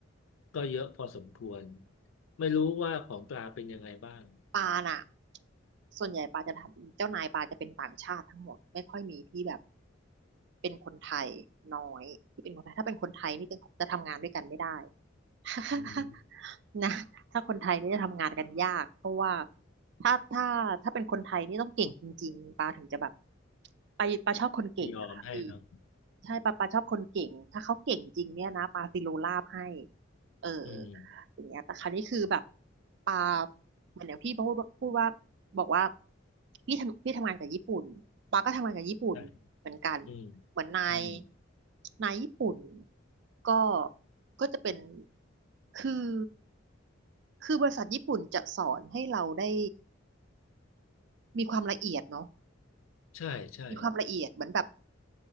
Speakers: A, on the left; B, on the right.
A: ก็เยอะพอสมควรไม่รู้ว่าของปลาเป็นยังไงบ้าง
B: ปาน่ะ ส่วนใหญ่ปาจะทำเจ้านายปาจะเป็นต่างชาติทั้งหมดไม่ค่อยมีที่แบบเป็นคนไทยน้อยที่เป็นคนไทยถ้าเป็นคนไทยนี่จะจะทำงานด้วยกันไม่ได้ <laughs>
A: อืม
B: นะถ้าคนไทยนี่จะทำงานกันยากเพราะว่าถ้าถ้าถ้าเป็นคนไทยนี่ต้องเก่งจริงๆปาถึงจะแบบไปาปาชอบคนเก่งอะค่ะพี่
A: ยอมให้เนาะ
B: ใช่ปาปาชอบคนเก่งถ้าเขาเก่งจริงเนี่ยนะปาซิโลลาบให้เออ
A: อืม
B: อย่างเงี้ยแต่คราวนี้คือแบบปาเหมือนอย่างพี่พูดพูดว่าบอกว่าพี่ทำพี่ทำงานกับญี่ปุ่นปาก็ทำงานกับญี่ปุ่นเหมือนกัน
A: ใช่อืม
B: เหมือนนาย
A: อืม
B: นายญี่ปุ่นก็ก็จะเป็นคือคือบริษัทญี่ปุ่นจะสอนให้เราได้มีความละเอียดเนาะ
A: ใช่ใช่
B: มีความละเอียดเหมือนแบบ